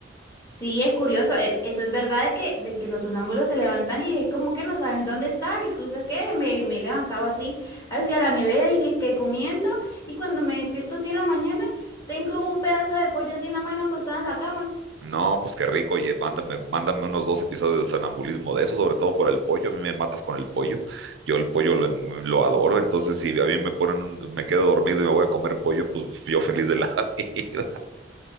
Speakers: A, on the left; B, on the right.
A: Sí, es curioso, e- eso es verdad de que, de que los sonámbulos se levantan y es como que no saben dónde está, incluso que me, me he levantado así hacia la nevera y que, que comiendo y cuando me despierto así en la mañana tengo un pedazo de pollo así en la mano acostada en la cama.
B: No, pues qué rico, oye, mándame, mándame unos dos episodios de sonambulismo de eso, sobre todo por el pollo. A mí me matas con el pollo. Yo el pollo lo, en- lo adoro, entonces si a mí me ponen, un- me quedo dormido y me voy a comer pollo, pues yo feliz de la <laughs> vida.